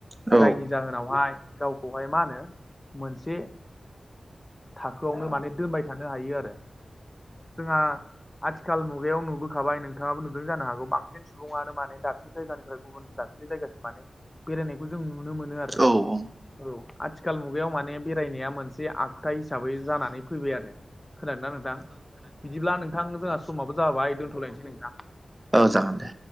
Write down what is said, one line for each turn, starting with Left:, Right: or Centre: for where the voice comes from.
Right: औ
Left: जायनि जाहोनावहाय गावखौहाय मा होनो मोनसे थाखोआवनो माने दोनबाय थानो हायो आरो जोंहा आथि आथिखाल मुगायाव नुबोखाबाय नोंथाङाबो नुदों जानो हागौ बांसिन सुबुङानो माने दाबसे जायगानिफ्राय गुबुन दाबसे बे जायगासम माने बेरायनायखौ जों नुनो मोनो आरो
Right: ओं
Left: औ आथिखाल मुगायाव माने बेरायनाया मोनसे आखुथाइ हिसाबै जानानै फैबाय आरो खोनादों ना नोंथां? बिदिब्ला नोंथां जोंहा समाबो जाबाय दोनथ'लायनोसै नोंथां
Right: औ जागोन दे